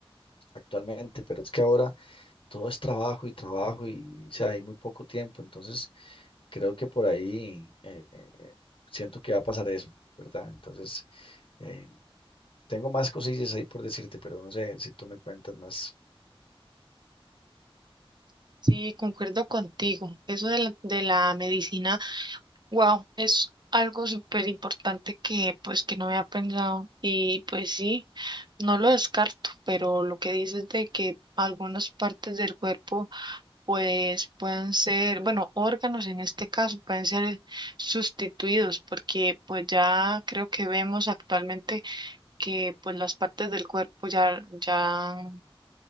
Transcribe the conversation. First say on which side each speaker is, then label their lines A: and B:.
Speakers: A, on the left (about 60°); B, on the right (about 50°).
A: actualmente, pero es que ahora todo es trabajo y trabajo y, o sea, hay muy poco tiempo, entonces creo que por ahí eh, siento que va a pasar eso, ¿verdad? Entonces, eh, tengo más cosillas ahí por decirte, pero no sé si tú me cuentas más.
B: Sí, concuerdo contigo. Eso de la, de la medicina. Wow, es algo súper importante que pues que no había pensado y pues sí, no lo descarto, pero lo que dices de que algunas partes del cuerpo pues pueden ser, bueno, órganos en este caso pueden ser sustituidos porque pues ya creo que vemos actualmente que pues las partes del cuerpo ya ya